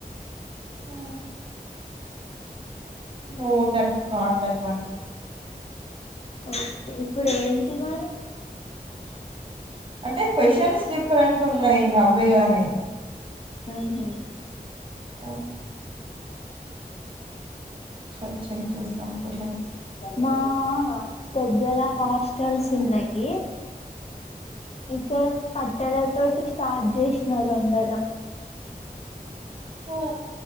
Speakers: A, on the right (about 35°); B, on the left (about 40°).
A: ఆ more that not that one
B: okay ఇప్పుడు ఏంటి మరి
A: అంటే క్వశ్చన్స్ డిఫరెంట్ ఉన్నాయి. అవే గాని
B: ఉహ్ హు
A: ఓహ్ సర్చింగ్ చేస్తాం. క్వాషన్
B: మా దగ్గర హాస్టల్స్ ఉన్నాయి. ఇక్కడ కట్టెల తోటి స్టార్ట్ చేసిన రెండల
A: ఓ